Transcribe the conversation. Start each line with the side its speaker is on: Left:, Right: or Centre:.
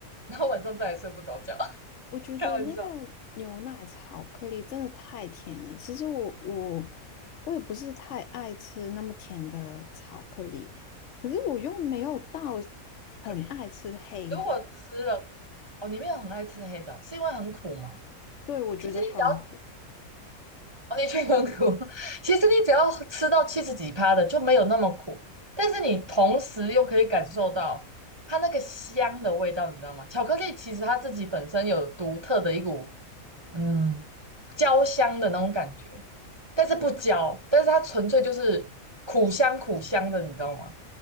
Right: 然后晚上再也睡不着觉。<laughs>
Left: 我觉得那个
Right: 开玩笑，巧
Left: 牛奶巧克力真的太甜了。其实我我我也不是太爱吃那么甜的巧克力，可是我又没有到很爱吃黑的，
Right: 克力。如果吃了哦，你没有很爱吃黑的哦，是因为很苦吗？
Left: 对，我觉得很苦。
Right: 其实你只要哦，你确实很苦，<laughs> 其实你只要吃到七十几趴的就没有那么苦，但是你同时又可以感受到它那个香的味道，你知道吗？巧克力其实它自己本身有独特的一股。嗯，焦香的那种感觉，但是不焦，但是它纯粹就是苦香苦香的，你知道吗？